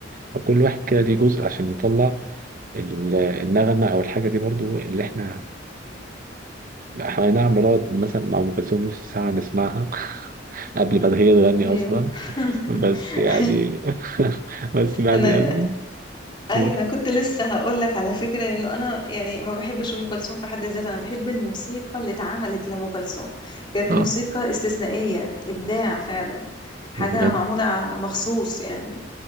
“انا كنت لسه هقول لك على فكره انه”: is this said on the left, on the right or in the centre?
Left